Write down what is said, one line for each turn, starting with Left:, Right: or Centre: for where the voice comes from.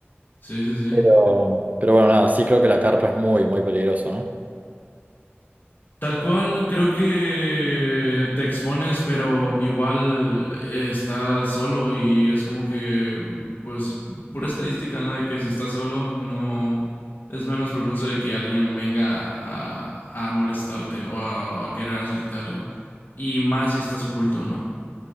Left: Sí, sí, sí.
Right: Pero Pero, bueno, nada, sí creo que la carpa es muy, muy peligroso, ¿no?
Left: Tal cual, creo que te expones, pero igual eh, estás solo y es como que, pues, pura estadística, ¿no? De que si estás solo, no es menos propenso de que alguien venga a, a molestarte o a, o a querer hacerte algo. Y más si estás oculto, ¿no?